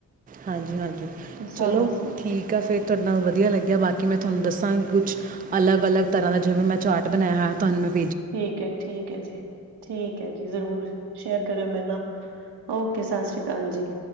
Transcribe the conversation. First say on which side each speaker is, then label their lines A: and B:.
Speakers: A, on the right; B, on the right.
A: ਹਾਂਜੀ ਹਾਂਜੀ
B: ਸਾਨੂੰ
A: ਚਲੋ ਠੀਕ ਆ ਫੇਰ ਤੁਹਾਡੇ ਨਾਲ ਵਧੀਆ ਲੱਗਿਆ ਬਾਕੀ ਕਿ ਮੈਂ ਤੁਹਾਨੂੰ ਦੱਸਾਂਗੀ ਕੁੱਛਲਗ ਅਲੱਗ ਤਰ੍ਹਾਂ ਦਾ ਜਿਵੇਂ ਮੈਂ ਚਾਰਟ ਬਣਾਇਆ ਹੋਇਆ ਤੁਹਾਨੂੰ ਮ
B: ਠੀਕ ਹੈ ਠੀਕ ਹੈ ਜੀ। ਠੀਕ ਹੈ ਜੀ ਜ਼ਰੂਰ ਸ਼ੇਅਰ ਕਰਿਓ ਮੇਰੇ ਨਾ ਓਕੇ ਸਤਿ ਸ੍ਰੀ ਅਕਾਲ ਜੀ।